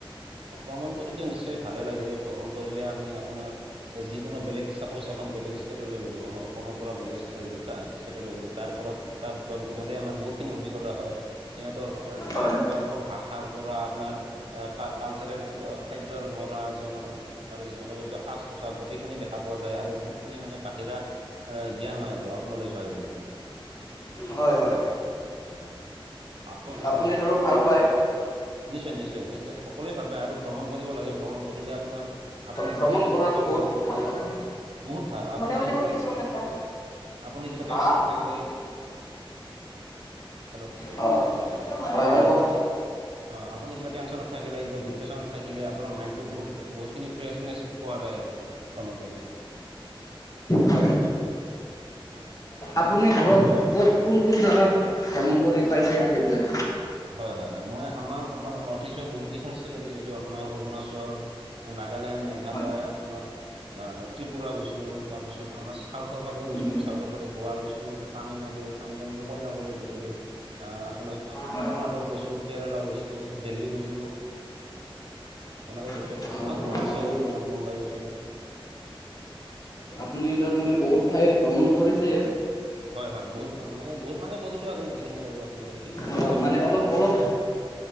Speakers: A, on the right (about 75°); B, on the left (about 40°).
A: ভ্ৰমণ কৰিত নিশ্চয় ভালে লাগে, ভ্ৰমণ কৰিলে আমি আপোনাৰ যিকোনো বেলেগ চাপ'জ এখন বেলেগ ষ্টেটলৈ গ'লো, আমাৰ অসমৰ পৰা বেলেগ ষ্টেট, ষ্টেটলৈ গ'লো তাৰ পৰা তাত গ, গ'লে আমাৰ বহুতখিনি অভিজ্ঞতা হয়। সিহঁতৰ
B: হয়
A: তেওঁলোকৰ, ভাষাৰ পৰা আপোনাৰ ক, কালচাৰেল খাদ্যৰ পৰা, জন আৰু জনগোষ্ঠীয় সাজ পোছাক, গোটেইখিনি দেখা পোৱা যায় আৰু বহুতখিনি মানে বাহিৰা জ্ঞান হয় আৰু আউট নলেজ হয়, বহুতখিনি।
B: হয়, হয়,
A: হয় আপোন
B: আপুনি
A: আহ
B: ধৰক, ভাল
A: অ
B: পায়।
A: কওক নিশ্চয়, নিশ্চয়, সকলোৱে ভাল পায় আৰু ভ্ৰমণ কৰিব লাগে ভ্ৰমণ কৰিলে আপোনাৰ আপুনি
B: ভ্ৰমণ
A: কিবা টেনচনত
B: কৰাটো
A: থাকিলে,
B: বহুত ভাল কথা
A: বহুত ভাল আপুনি
B: মনে মনে
A: এ
B: শুনি দিছো এটা
A: আপুনি কিবা,
B: হা
A: টেনচনত থাকিলে ই হেল্ল,
B: অঁ হয়
A: অ,
B: হয় কওক
A: অ, আপুনি কিবা টেনশ্যনত থাকিলে কিবা, ডিপ্ৰেচনত থাকিলে, আপোনাৰ মাইণ্ডটো বহু, বহুত খিনি ফ্ৰেচনেছ পোৱা যায় আৰু। ভ্ৰমণ কৰিলে।
B: হয়।
A: উম,
B: আপুনি ঘৰত ক'ত, কোন, কোন, জেগাত ভ্ৰমণ কৰি পাইছে আজিলৈ?
A: হয়, হয়, হয়, মই আমাৰ আমাৰ নৰ্থ ইষ্টৰ বহুত কেইখন ষ্টেটত দেখিছোঁ, আপোনাৰ অৰুণাচল নাগালেণ্ড, মেঘালয়,
B: হয়
A: আপোনাৰ ত্ৰিপুৰা গৈছোঁ, তাৰপাছত আমাৰ চাউথৰ ফালে গৈছোঁ,
B: উম,
A: চাউথৰ ফালে গোৱা, গৈছোঁ। তামিলনাডু, তামিলনাডু কন্যাকুমাৰীত গৈছিলো, আহ আপোনালোক
B: হয়।
A: কৰ্ণাটক গৈছোঁ, কেৰেলা গৈছোঁ, দেল্লী গৈছোঁ। তেনেকৈ গৈছো
B: অ',
A: আৰু মহাৰাষ্ট্ৰ
B: বাৰু
A: গছো মানে, মুম্বাই গৈছিলো।
B: আপুনি তাৰমানে, বহুত ঠাই ভ্ৰমণ কৰিছে।
A: হয়, হয়, বহুত মই বহুত মানে কৰিছো আৰু যিখিনি ক'লো আপোনাৰ এইকেইটা
B: অ',
A: ঠাইলৈ
B: মানে
A: লৈ গৈছো
B: অলপ
A: আৰু
B: অলপ